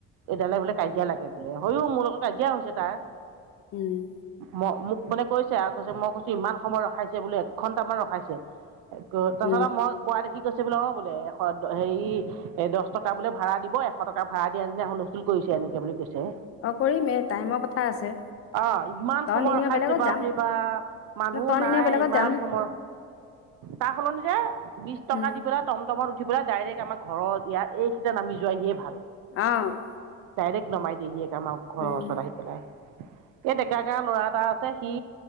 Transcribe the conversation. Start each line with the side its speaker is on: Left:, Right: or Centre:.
Right: এইডালে বোলে কাজিয়া লাগে বোলে। হয়ও মোৰ লগত কাজিয়া হৈছে তাৰ।
Left: উম'।
Right: ম মোক মানে কৈছে আৰু কৈছে মই কৈছো ইমান সময় ৰখাইছে বোলো এক ঘণ্টামান ৰখাইছে। তাৰপাছত
Left: উম
Right: আৰু মই কোৱা দেখি কৈছে বোলে অ' এশ হেৰি এ' দহ টকা বোলে ভড়া দিব এশ টকা ভাড়া দিয়া নিচিনা হুল স্তল কৰিছে এনেকে বুলি কৈছে।
Left: অ' কৰিমে টাইমৰ কথা আছে।
Right: অ' ইমান
Left: তই
Right: সময়
Left: নিনিয়
Right: ৰখাই
Left: বেলেগত
Right: বাপৰে
Left: যাম
Right: বাপ মানুহও
Left: ন তই নিনিয়
Right: নাই
Left: বেলেগত
Right: ইমান
Left: যাম
Right: সময় তাৰ সলনি যে বিছ টকা
Left: উম
Right: দি পেলাই টমটমত উঠি পেলাই ডাইৰেক্ট আমাৰ ঘৰ ইয়া এইখিতে নামি যোৱাই হিয়ে ভাল।
Left: অ'।
Right: ডাইৰেক্ট নমাই দিয়েহি আমাৰ ঘৰৰ
Left: উম
Right: ওচৰত আহি পেলাই। এই ডেকা গাৰ ল'ৰা এটা আছে সি